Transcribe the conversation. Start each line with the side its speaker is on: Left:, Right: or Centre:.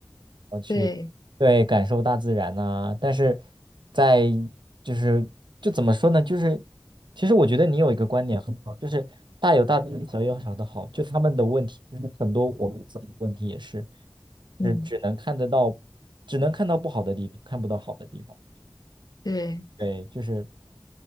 Right: 我去，
Left: 对，
Right: 对，感受大自然呐、但是在就是就怎么说呢？就是其实我觉得你有一个观点很好，就是大有大的好，小有小的好，就他们的问题，就是很多我们自己的问题也是，
Left: 嗯，
Right: 是只能看得到，只能看到不好的地方，看不到好的地方。
Left: 对，
Right: 对，就是